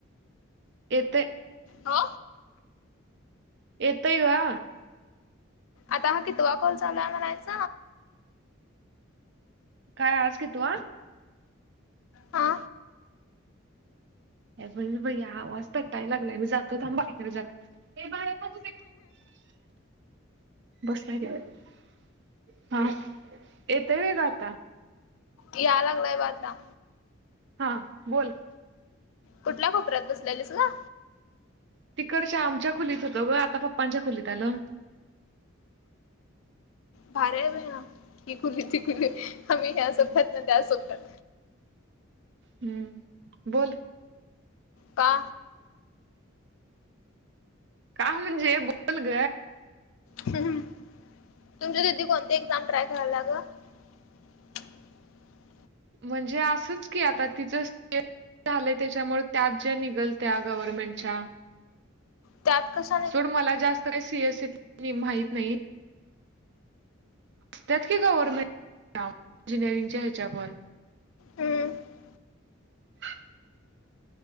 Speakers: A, on the right; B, on the left.
A: येते.
B: हो.
A: येतय का.
B: आता ह कि तुवा कोल चालाय म्हणायच.
A: काय आज घे तू.
B: हा.
A: पण आवाज तर टायला लागलाय मी जातो थांबा बाहेर जरा. हे बाहे ना तू. बसल्या ठिक हा येत व का आता.
B: या लागलाय ब आता.
A: हां बोल.
B: कुठल्या कोपऱ्यात बसलेलेस व.
A: तिकडच्या आमच्या खोलीत होतं ग आता पप्पांच्या खोलीत आलं.
B: भार आहे ब ना क कुली तिकुली आम्ही ह्या सोपतात ना त्या सोपतात.
A: हम्म बोल.
B: का
A: का म्हजे बोलग.
B: ह तुमच्या तिथी कोणती एक्झाम ट्राय करायला ला गं. <inaudible>
A: म्हणजे असंच की आता तिचं. झालंय त्याच्यामुळे त्यात ज्या निघलत्या गव्हर्नमेंटच्या.
B: त्यात कस.
A: सोड मला जास्त का सीएससीत माहीत नाही. त्यात की गवरर्नमेंट इंजिनिअयरिंगच्या ह्याच्या पण.
B: हम्म
A: <inaudible>